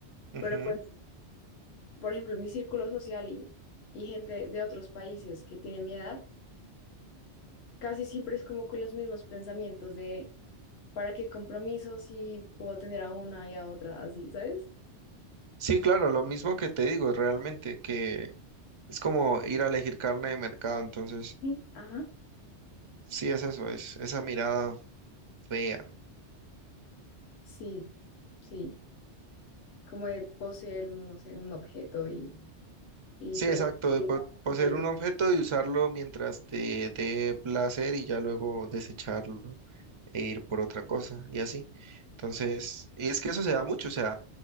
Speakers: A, on the right (about 40°); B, on the left (about 65°).
A: Ujú.
B: Pero pues por ejemplo, en mi círculo social y, y gente de otros países que tienen mi edad, casi siempre es como con los mismos pensamientos de para qué compromiso si puedo tener a una y a otra así, ¿sabes?
A: Sí, claro, lo mismo que te digo, realmente, que es como ir a elegir carne de mercado, entonces,
B: Sí. Ajá,
A: sí es eso, es esa mirada fea.
B: sí, sí, como de poseer, no sé, un objeto y, y
A: Sí,
B: preferirlo
A: exacto, de po- poseer
B: ante lo-
A: un objeto y usarlo mientras te dé placer y ya luego desecharlo e ir por otra cosa y así. Entonces, y es que eso se da mucho, o sea,